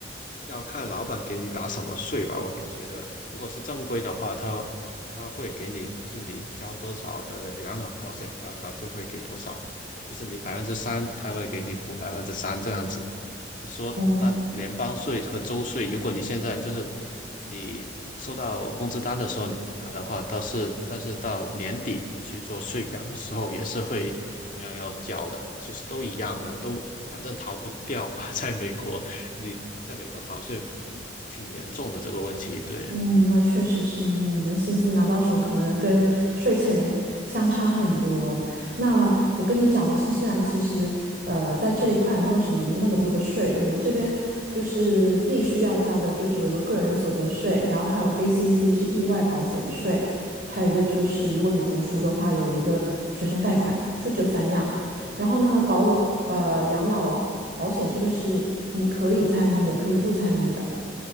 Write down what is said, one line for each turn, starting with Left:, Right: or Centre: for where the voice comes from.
Left: 要看老板给你打什么税吧。我感觉得，如果是正规的话，他他会给你，就是你交多少的养老保险，然后他就会给多少，就是你百分之三，他会给你补百分之三这样子。你说那联邦税和州税，
Right: 哦。
Left: 如果你现在就是你收到工资单的时候你不打的话，倒是但是到年底你去做税表的时候也是会同样要缴的，其实都一样的，都反正逃不掉吧。<laughs> 在美国，你在美国逃税嗯挺严重的这个问题，对，
Right: 嗯，那确实是你们薪资拿到手，可能跟税前相差很多。那我跟你讲，我新西兰其实呃在这一块没有什么那么多的税，我们这边就是必须要交的，就只有一个个人所得税，然后还有 ACC 是意外保险税，还有一个就是如果你读书的话，
Left: 嗯，
Right: 有一个学生贷款，就这三样。然后那个保呃养老保险这个是你可以参与，也可以不参与的。